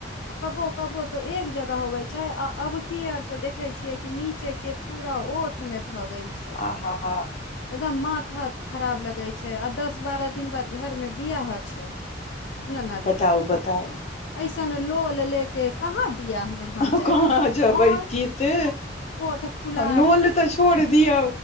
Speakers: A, on the left; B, on the left.
A: कबो कबो तो एक जगह होवे छै आ अब की आर तो देखे छियै कि नीचे के पूरा ओठ में भ गेल छै
B: आ ह ह
A: एकदम माथा खराब लगै छै आ दस बारह दिन बाद घर मे बियाह छै ननद
B: बताउ
A: के
B: बताउ
A: आ ऐसन लोल ले के कहाँ बियाह में हम
B: आ
A: जायब
B: कहाँ जेबै
A: और
B: ती ते
A: ओठ फुला
B: लोल
A: के
B: तऽ छोड़ दियौ